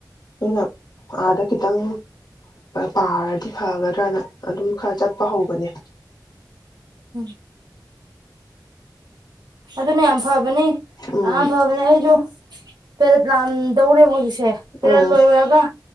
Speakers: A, on the left; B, on the right.
A: ꯑꯗꯨꯅ ꯑꯥꯗ ꯈꯤꯇꯪ ꯄꯥꯔꯗꯤ ꯐꯒꯗ꯭ꯔꯅ ꯑꯗꯨꯝ ꯈꯔ ꯆꯠꯄ ꯍꯧꯕꯅꯦ
B: ꯎꯝ ꯑꯗꯨꯅꯦ ꯌꯥꯝ ꯐꯕꯅꯤ
A: ꯎꯝ
B: ꯌꯥꯝ ꯐꯕꯅꯤ ꯑꯩꯁꯨ ꯄꯦꯔꯦꯠ ꯂꯥꯟꯗꯧꯔꯦ ꯍꯧꯥꯎꯖꯤꯁꯦ ꯄꯦꯔꯦꯠ
A: ꯎꯝ
B: ꯂꯣꯏꯕꯔꯒ